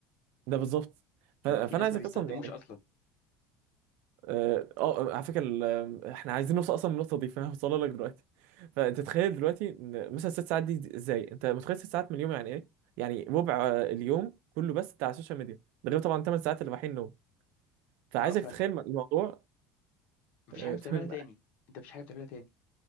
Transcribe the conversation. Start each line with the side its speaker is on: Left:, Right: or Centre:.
Right: بالظبط ف-
Left: لان
Right: فانا
Left: في ناس
Right: عايزك
Left: ما بيستخدموش
Right: اصلا يعني
Left: اصلا
Right: اه آه، على فكره ال- آه، احنا عايزين نوصل اصلا للنقطه دي فانا هوصلها <laughs> لك دلوقتي فانت تخيل دلوقتي إن مثلا ست ساعات دي ازاي انت متخيل ست ساعات من اليوم يعني ايه يعني ربع آه، اليوم كله بس بتاع السوشيال ميديا ده غير طبعا 8 ساعات اللي رايحين نوم فعايزك
Left: اه فانت
Right: تتخيل الموضوع
Left: مفيش
Right: آه،
Left: حاجة بتعملها
Right: <laughs> تمام
Left: تاني انت مفيش حاجة بتعملها تاني